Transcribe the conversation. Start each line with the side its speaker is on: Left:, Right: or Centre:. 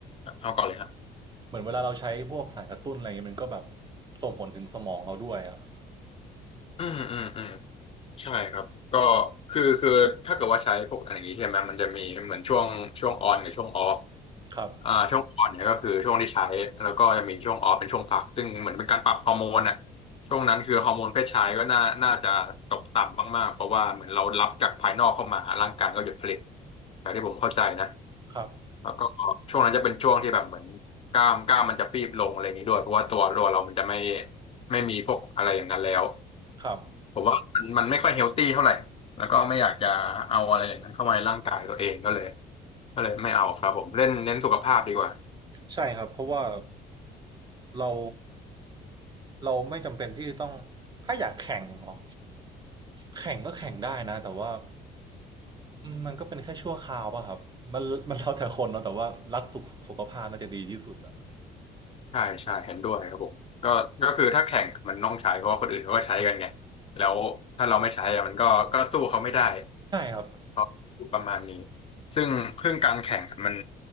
Left: เอาก่อนเลยครับ
Right: เหมือนเวลาเราใช้พวกสารกระตุ้นอะไรอย่างนี้มันก็แบบส่งผลถึงสมองเราด้วยอะ
Left: อืมอืมอืม ใช่ครับก็คือคือถ้าเกิดว่าใช้พวกอะไรอย่างนี้ใช่ไหมมันจะมีเหมือนช่วงช่วงออนกับช่วงออฟ
Right: ครับ
Left: อ่าช่วงออนเนี่ยก็คือช่วงที่ใช้แล้วก็จะมีช่วงออฟเป็นช่วงพักซึ่งเหมือนเป็นการปรับฮอร์โมนอ่ะช่วงนั้นคือฮอร์โมนเพศชายก็น่าน่าจะตกต่ำมากๆเพราะว่าเหมือนเรารับจากภายนอกเข้ามาร่างกายก็หยุดผลิตจากที่ผมเข้าใจนะ
Right: ครับ
Left: แล้วก็ช่วงนั้นจะเป็นช่วงที่แบบเหมือนกล้ามกล้ามมันจะฟีบลงอะไรอย่างนี้ด้วยเพราะว่าตัวตัวเรามันจะไม่ไม่มีพวกอะไรอย่างนั้นแล้ว
Right: ครับ
Left: ผมว่ามันมันไม่ค่อยเฮลตี้เท่าไหร่แล้วก็ไม่อยากจะเอาอะไรอย่างนั้นเข้ามาในร่างกายตัวเองก็เลยก็เลยไม่เอาครับผมเล่นเน้นสุขภาพดีกว่า
Right: ใช่ครับเพราะว่าเราเราไม่จำเป็นที่จะต้องถ้าอยากแข่งเหรอแข่งก็แข่งได้นะแต่ว่า อืมมันก็เป็นแค่ชั่วคราวป่ะครับ มันมันแล้วแต่คนเนาะแต่ว่ารักสุขสุขภาพน่าจะดีที่สุดอะ
Left: ใช่ใช่เห็นด้วยครับผมก็ก็คือถ้าแข่งมันต้องใช้เพราะว่าคนอื่นเขาก็ใช้กันไงแล้วถ้าเราไม่ใช้อะมันก็ก็สู้เขาไม่ได้
Right: ใช่ครับ
Left: เพราะประมาณนี้ซึ่งเรื่องการแข่งอะมัน